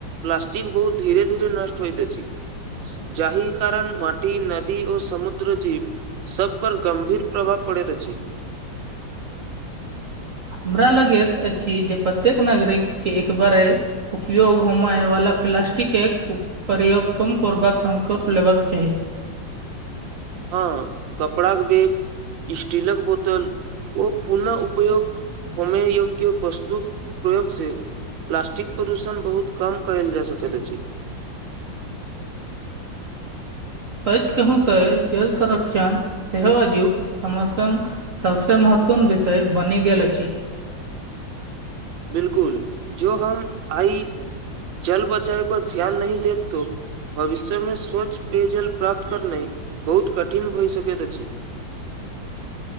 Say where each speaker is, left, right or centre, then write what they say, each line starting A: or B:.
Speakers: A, on the right; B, on the right.
A: प्लास्टिक बहुत धीरे धीरे नष्ट होयइत अछी जाहि कारण माटी नदी ओ समुद्र जीप सभ पर गम्भीर प्रभाव पड़ैत अछि
B: हमरा लगैत अछि जे प्रत्येक नागरिक के एक बारे उपयोग होमय वला प्लासस्टिक एक प्रयोग कम करबाक संकल्प लेबाक चाही
A: हाँ कपड़ा के बैग स्टीलक बोतल ओ पुनः उपयोग होमय योग्य वस्तुक प्रयोगसँ प्लास्टिक प्रदूषण बहुत कम कयल जा सकैत अछि
B: सच कहू त जल सरंक्षन सेजोग सथ सबसे महत्वपूर्ण विषय बनी गेल अछि
A: बिलकुल जो हम आइ जल बचाए पर ध्यान नहि देब तो भविष्यमे स्वच्छ पेयजल प्राप्त करनाइ बहुत कठिन भऽ सकैत अछि